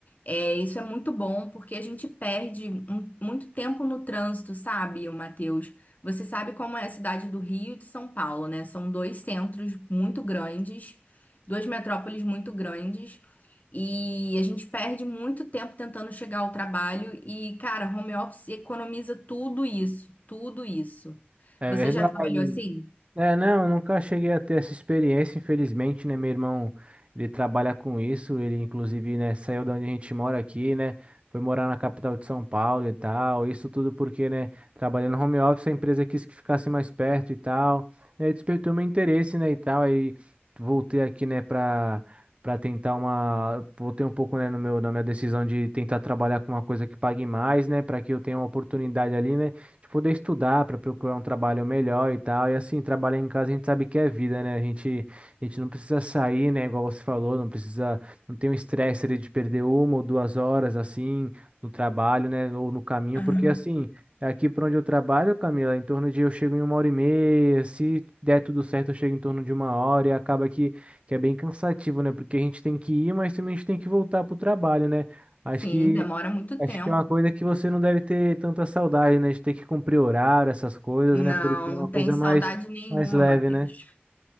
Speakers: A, on the left; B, on the right.
A: É, isso é muito bom porque a gente perde um- muito tempo no trânsito, sabe, Matheus? Você sabe como é a cidade do Rio e de São Paulo, né? São dois centros muito grandes, duas metrópoles muito grandes, e a gente perde muito tempo tentando chegar ao trabalho. E, cara, home office economiza tudo isso, tudo isso.
B: É
A: Você
B: verdade.
A: já trabalhou assim?
B: É, não, eu nunca cheguei a ter essa experiência, infelizmente, né? Meu irmão, ele trabalha com isso, ele inclusive, né, saiu da onde a gente mora aqui, né? Foi morar na capital de São Paulo e tal. Isso tudo porque, né, trabalhando home office, a empresa quis que ficasse mais perto e tal. E aí despertou meu interesse, né, e tal. Aí voltei aqui, né, pra, pra tentar uma. Voltei um pouco, né, no meu, na minha decisão de tentar trabalhar com uma coisa que pague mais, né, pra que eu tenha uma oportunidade ali, né? de poder estudar para procurar um trabalho melhor e tal. E assim, trabalhar em casa a gente sabe que é vida, né? A gente, a gente não precisa sair, né? Igual você falou, não precisa, não tem o estresse ali de perder uma ou duas horas assim no trabalho, né? Ou no caminho,
A: Ah,
B: porque assim. Aqui para onde eu trabalho, Camila, em torno de eu chego em uma hora e meia. Se der tudo certo, eu chego em torno de uma hora e acaba que, que é bem cansativo, né? Porque a gente tem que ir, mas também a gente tem que voltar pro trabalho, né? Acho
A: Sim,
B: que
A: demora muito
B: Acho
A: tempo.
B: que é uma coisa que você não deve ter tanta saudade, né? De ter que cumprir horário, essas coisas,
A: Não,
B: né? Porque é
A: não
B: uma coisa
A: tenho saudade
B: mais,
A: nenhuma,
B: mais leve,
A: Matheus.
B: né?